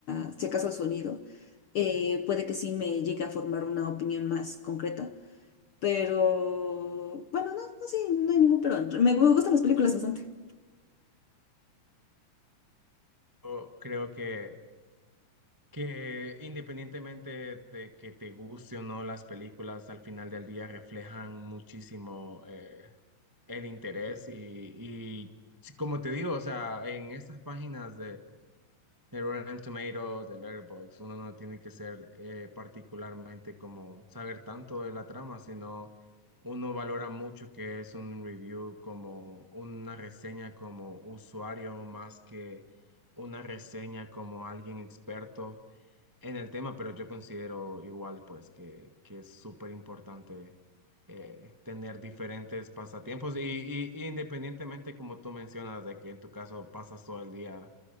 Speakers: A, on the left; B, on the right.
A: a si acaso al sonido, eh, puede que sí me llegue a formar una opinión más concreta. Pero bueno, no, no, sí, no hay ningún pero. Me gu- gustan las películas bastante.
B: Yo creo que, que independientemente de que te guste o no las películas, al final del día reflejan muchísimo eh, el interés y, y sí, como te digo, o sea, en estas páginas de Rotten Tomatoes, de Letterboxd, uno no tiene que ser eh, particularmente como saber tanto de la trama, sino uno valora mucho que es un review como una reseña como usuario más que una reseña como alguien experto en el tema, pero yo considero igual pues que, que es súper importante. eh, tener diferentes pasatiempos y, y y independientemente como tú mencionas de que en tu caso pasas todo el día